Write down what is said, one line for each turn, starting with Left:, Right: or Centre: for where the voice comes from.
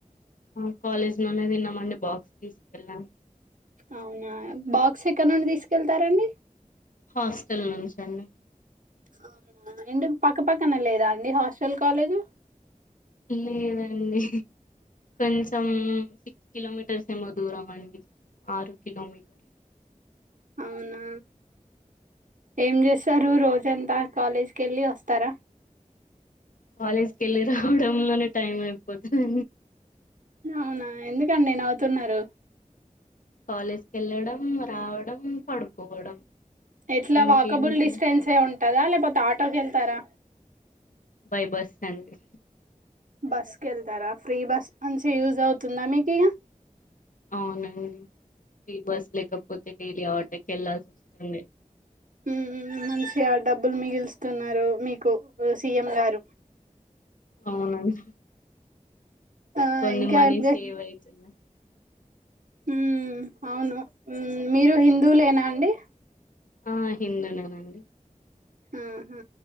Left: అ కాలేజ్లోనే తిన్నమండీ బాక్స్ తీసుకెళ్ళాం
Right: అవునా బాక్స్ ఎక్కడ నుండి తీసుకెళ్తారండి
Left: హాస్టల్ నుంచ అండి
Right: అవునా ఇందుకు పక్క పక్కన లేదా అండి హాస్టల్ కాలేజు
Left: ఇల్లు లేదండి కొంచెం సిక్స్ కిలోమీటర్స్ ఏమో దూరం అండి ఆరు కిలోమీటర్లు
Right: అవునా ఏం చేస్తారు రోజంతా కాలేజీకి వెళ్ళి వస్తారా
Left: కాలేజ్కి వెళ్ళి రావటంలోనే టైం అయిపోతుది
Right: అవునా ఎందుకండి నవ్వుతున్నారు
Left: కాలేజ్కి వెళ్ళడం రావడం పడుకోవడం
Right: ఎట్లా
Left: ఇంకేమిటి
Right: వాకబుల్ డిస్టెన్సే ఉంటందా లేకపోతే ఆటోక వెళ్తారా
Left: బై బస్సు కండి
Right: బస్సుకి వెళ్తారా ఫ్రీ బస్ నుంచి యూజ్ అవుతుందా మీకు
Left: అవునండి ఫ్రీ బస్ లేకపోతే డైలీ ఆటకి వెళ్లాల్సి వస్తుంది
Right: ఉంహు మంచిగా డబ్బులు మిగిల్ స్తున్నారు మీకు సీఎం గారు
Left: అవునండి
Right: ఆ
Left: కొన్ని
Right: ఇంకా
Left: మనీ
Right: ఏం
Left: సేవ్ అయితున్నాయి
Right: మ్ అవును మీరు హిందువులేనా అండి
Left: ఆ హిందునేనండి
Right: ఉహు